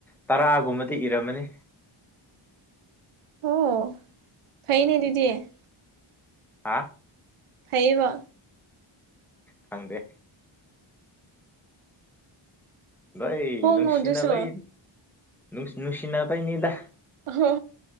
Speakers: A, in the centre; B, on the right.
A: ꯇꯔꯥꯒꯨꯝꯕꯗꯤ ꯏꯔꯝꯃꯅꯤ
B: ꯑꯣ ꯐꯩꯅꯦ ꯑꯗꯨꯗꯤ
A: ꯑ
B: ꯍꯕ
A: ꯈꯪꯗꯦ ꯩ
B: ꯐꯣꯡꯉꯣ
A: ꯅꯅꯨꯡꯁꯤꯅꯕꯩ
B: ꯑꯗꯨꯁꯨ
A: ꯅꯨꯡꯁꯤꯅꯕꯩꯅꯦꯗꯥ
B: ꯑꯍꯣ